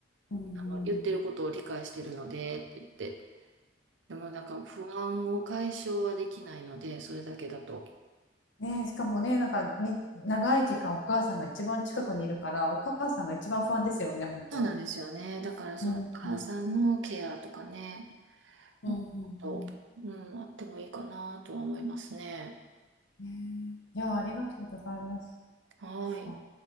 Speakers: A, on the left (about 85°); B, on the right (about 80°).
A: うん。う
B: あの、言ってることを理解してるのでって言って、
A: ん
B: でもなんか不安を解消はできないので、それだけだと。
A: ねえ、しかもね、なんかに長い時間お母さんが一番近くにいるから、お母さんが一番不安ですよね、本当。
B: そうなんですよね。だからそのお母さんのケアとかね、
A: うん、うん、うん。
B: もっと、うん、あってもいいかなとは思いますね。
A: ねえいや、ありがとうございます。
B: はい。
A: あ